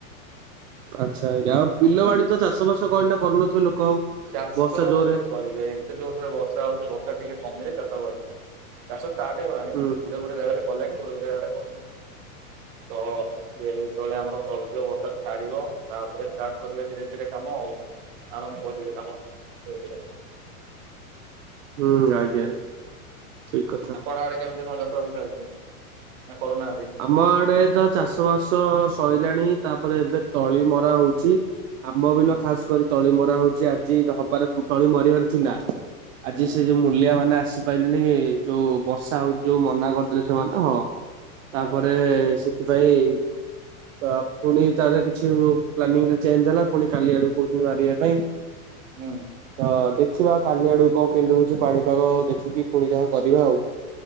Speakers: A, on the right; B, on the right.
A: ଆଚ୍ଛା ଆଉ ବିଲବାଡି ତ ଚାଷ ବାସ କରୁନଥିବେ ଲୋକ ଆଉ?
B: ଚାଷ
A: ବର୍ଷା ଜୋରରେ
B: କୋଉଠୁ କରିବେ ଏତେ ଯୋଉଁ ଥରେ ବର୍ଷା ହଉଛି ବର୍ଷା ଟିକେ କମିଲେ ଚାଷ କରିବେ। ଚାଷ ଷ୍ଟାର୍ଟ ହେଇଗଲାଣି
A: ହୁଁ
B: ଗୋଟେ ଗୋଟେ ଜାଗାରେ କଲେଣି ଗୋଟେ ଗୋଟେ ଜାଗାରେ କରିନାହାନ୍ତି। ତ ସେ ଯେତେବେଳେ ଆମର <unintelligible> ଛାଡିବ ତାପରେ ଷ୍ଟାର୍ଟ କରିବେ ଧୀରେ ଧୀରେ କାମ ଆଉ। ଆରମ୍ଭ କରିଦେବେ କାମ ଧୀରେ ଧୀରେ।
A: ହୁଁ ଆଜ୍ଞା। ଠିକ କଥା।
B: ଆପଣ ଆଡେ କେମିତି କଣ ଚାଷ ବାସ ଚାଲିଚି ନାଁ କରୁନାହାନ୍ତି?
A: ଆମ ଆଡେ ତ ଚାଷ ବାସ ସଇଲାଣି ତାପରେ ଏବେ ତଳି ମରା ହଉଚି। ଆମ ବିଲ
B: ହୁଁ
A: ଖାସ୍ କରି ତଳି ମରା ହଉଚି ଆଜି ହବାର ତଳି ମରିବାର ଥିଲା।
B: ହୁଁ
A: ଆଜି ସେ ଯୋଉ ମୂଲିଆ ମାନେ ଆସିପାରିଲେନି ଯୋଉ ବର୍ଷା ହଉଚି ଯୋଉ ମନା କରିଦେଲେ ସେମାନେ ହଁ। ତାପରେ
B: ହଁ
A: ସେଥିପାଇଁ ତାପ୍‌ ପୁଣି ତାର କିଛି ପ୍ଲାନିଂ ଟା ଚେଞ୍ଜ ହେଲା ପୁଣି କାଲି ଆଡକୁ କହୁଛନ୍ତି ମାରିବା ପାଇଁ।
B: ହୁଁ।
A: ତ ଦେଖିବା କାଲି ଆଡୁକୁ କଣ କେମିତି ହଉଚି ପାଣିପାଗ ଦେଖିକି ପୁଣି ଯାହା କରିବା ଆଉ।